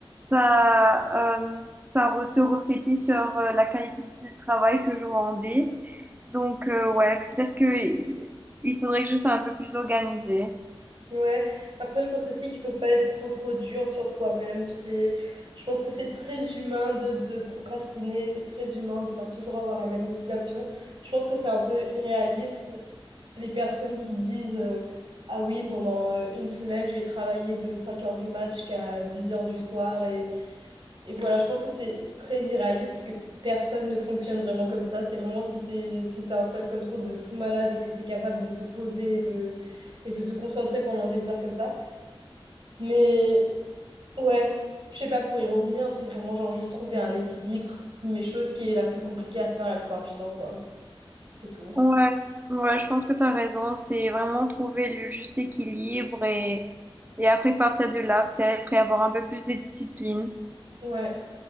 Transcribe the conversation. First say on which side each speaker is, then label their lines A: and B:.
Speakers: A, on the right; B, on the right.
A: ça, euh, ça re- se reflétait sur euh, la qualité du travail que je rendais. Donc, euh, ouais, peut-être que il faudrait que je sois un peu plus organisée.
B: Ouais, après je pense aussi qu'il faut pas être trop trop dur sur soi-même. C'est je pense que c'est très humain de, de procrastiner, c'est très humain de pas toujours avoir la même motivation. Je pense que c'est un peu irréaliste les personnes qui disent euh, Ah oui, pendant euh, une semaine, je vais travailler de cinq heures du match jusqu'à dix heures du soir. Et, et voilà, je pense que c'est très irréaliste parce que personne ne fonctionne vraiment comme ça. C'est vraiment si t'es, si t'as un self-control de fou malade et que t'es capable de te poser et de, et de te concentrer pendant des heures comme ça. Mais ouais. Je sais pas, pour y revenir, c'est vraiment genre juste trouver un équilibre, mais chose qui est la plus compliquée à faire la plupart du temps, quoi. C'est tout.
A: Ouais, ouais, je pense que tu as raison. C'est vraiment trouver le juste équilibre et, et après partir de là, peut-être, et avoir un peu plus de discipline.
B: Ouais.